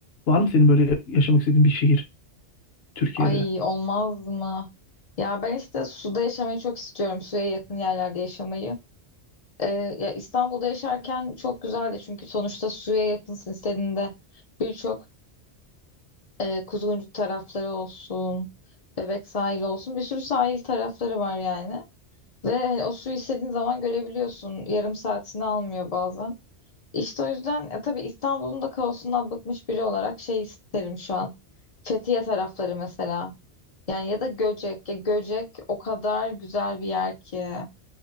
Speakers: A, on the left; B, on the left.
A: Var mı senin böyle yaşamak istediğin bir şehir Türkiye'de?
B: Ay olmaz mı? Ya ben işte suda yaşamayı çok istiyorum. Suya yakın yerlerde yaşamayı. Ee, ya İstanbul'da yaşarken çok güzeldi çünkü sonuçta suya yakınsın istediğinde birçok e, Kuzguncuk tarafları olsun, Bebek sahili olsun bir sürü sahil tarafları var yani. Ve hani o suyu istediğin zaman görebiliyorsun. Yarım saatini almıyor bazen. İşte o yüzden e, tabii İstanbul'un da kaosundan bıkmış biri olarak şey isterim şu an. Fethiye tarafları mesela. Yani ya da Göcek. Ya Göcek o kadar güzel bir yer ki.